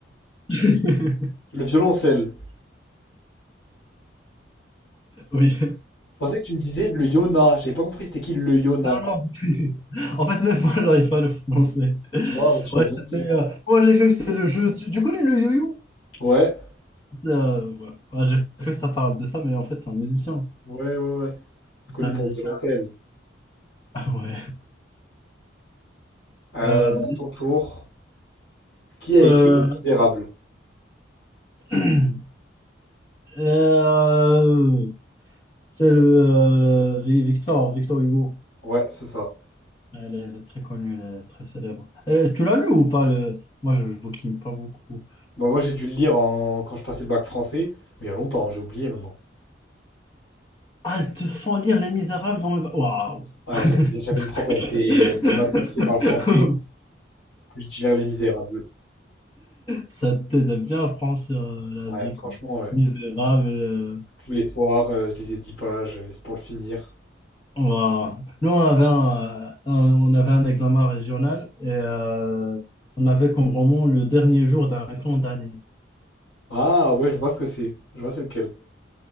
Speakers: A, on the left; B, on the left.
A: <laughs>
B: Le violoncelle.
A: Oui.
B: Je pensais que tu me disais le yona, j'avais pas compris c'était qui le yona.
A: Non, non, c'était- <laughs> En fait, même moi, j'arrive pas à le prononcer.
B: Non, mais tu
A: Ouais,
B: l'as bien
A: c'était.
B: dit.
A: euh, Moi, j'ai cru que c'est le jeu. Tu, tu connais le yo-yo?
B: Ouais,
A: Euh, ouais. Ouais, j'ai cru que ça parle de ça, mais en fait, c'est un musicien.
B: ouais, ouais, ouais.
A: C'est
B: Connu
A: un
B: pour
A: musicien.
B: De Lancel.
A: <laughs> ouais.
B: Euh,
A: Ah, vas-y.
B: à ton tour, qui a écrit
A: Euh,
B: Les Misérables?
A: <clears throat> euh, c'est le euh, Vi- Victor, Victor Hugo.
B: Ouais, c'est ça.
A: Elle est, elle est très connue, elle est très célèbre. Euh, tu l'as lu ou pas le... Moi, je, je bouquine pas beaucoup.
B: Bah, moi, j'ai dû le lire en... quand je passais le bac français, mais il y a longtemps, hein, j'ai oublié maintenant.
A: Ah, elles te font lire Les Misérables dans le... Waouh!
B: Ouais, j'avais j'avais
A: <laughs>
B: une prof, elle était, elle était matrixée par le français, puis je lire Les Misérables.
A: Ça t'aide à bien à franchir euh, la
B: Ouais,
A: vie,
B: franchement,
A: quoi.
B: ouais.
A: Misérable. euh,
B: Tous les soirs, euh, je lisais 10 pages euh, pour le finir.
A: On va- Nous, on avait un, euh, un- on avait un examen régional et euh, on avait comme roman le dernier jour d'un camp d'année.
B: Ah, ouais, je vois ce que c'est. Je vois c'est lequel.